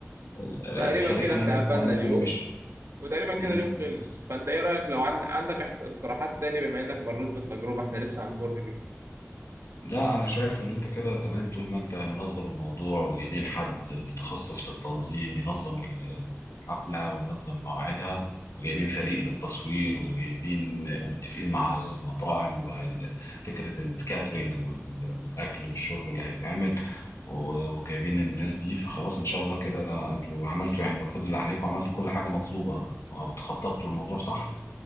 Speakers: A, on the left (about 75°); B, on the right (about 60°).
A: ال-
B: تقريبا
A: الفريق
B: كده
A: أني...
B: احنا قفلنا
A: أني...
B: اليوم
A: أنيميشن
B: وتقريبا كده
A: مهم.
B: اليوم خلص فانت ايه رأيك لو عند... عندك احت- اقتراحات تاني بما انك مريت بالتجربة احنا لسه هنمر بيها
A: لا أنا شايف إن أنت كده تمام طول ما أنت منظم الموضوع وجايبين حد متخصص في التنظيم ينظم ال- الحفلة وينظم مواعيدها وجايبين فريق للتصوير وجايبين ومتفقين مع المطاعم وفكرة الكاترينج والأكل والشرب اللي هيتعمل و- وجايبين الناس دي فخلاص إن شاء الله كده أنتوا عملتوا يعني المفروض اللي عليكم عملتوا كل حاجة مطلوبة أو تخططتوا الموضوع صح